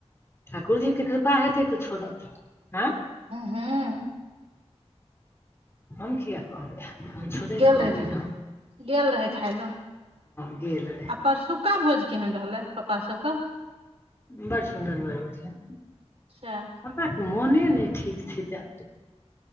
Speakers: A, on the left (about 25°); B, on the right (about 65°).
A: ठाकुर जीे केँ कृपा हेतै तऽ छोड़त हँ
B: हूँ
A: हम किया कहबै हम छोड़ै
B: गेल
A: लऽ
B: रहै
A: <unintelligible> हँ
B: खाय लए गेल रहै खाय लए
A: गेल रै
B: आ परसुक्का भोज केहन रहलै पपा सब कऽ
A: बड़ सुन्दर बर बढिया
B: सएह
A: पपा कऽ मोने नय ठीक छै तऽ